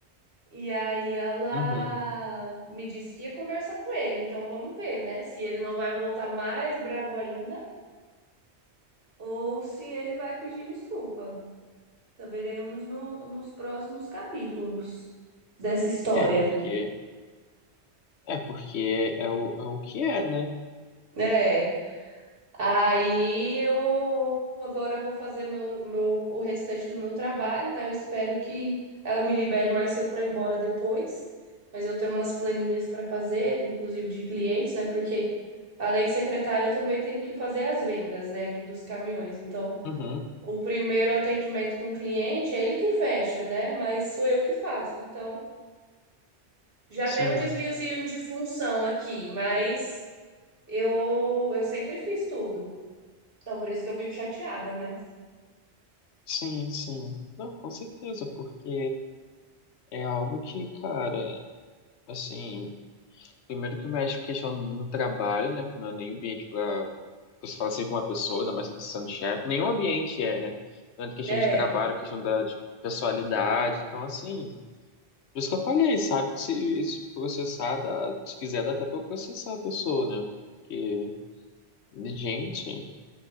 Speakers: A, on the right (about 55°); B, on the left (about 80°).
A: E aí ela
B: uhum.
A: me disse que ia conversar com ele. Então vamos ver, né? Se ele não vai voltar mais bravo ainda ou se ele vai pedir desculpa. Saberemos no- nos próximos capítulos dessa história.
B: É, porque, é porque é o, é o que é, né?
A: É. Aí eu agora eu vou fazer meu, meu, o restante do meu trabalho, né? Eu espero que ela me libere mais cedo para ir embora depois. Mas eu tenho umas planilhas para fazer, inclusive de clientes, né? Porque além de secretária, eu também tenho que fazer as vendas, né? Aqui dos caminhões. Então,
B: Uhum,
A: o primeiro atendimento com o cliente é ele que fecha, né? Mas sou eu que faço. Então, já
B: sim.
A: tem um desviozinho de função aqui, mas eu, eu sempre fiz tudo. Então, por isso que eu fico chateada, né?
B: Sim, sim. Não, com certeza, porque é algo que, cara, assim, primeiro que mexe com questão no trabalho, né, que não é nem ambiente para você falar assim com uma pessoa, ainda mais se você sendo chefe, nenhum ambiente é, né? Tanto questão
A: É,
B: de trabalho, questão da de pessoalidade, então, assim, por isso que eu falei, sabe, que se, se processar, dá, se quiser, dá até pra processar a pessoa, né? Porque, gente,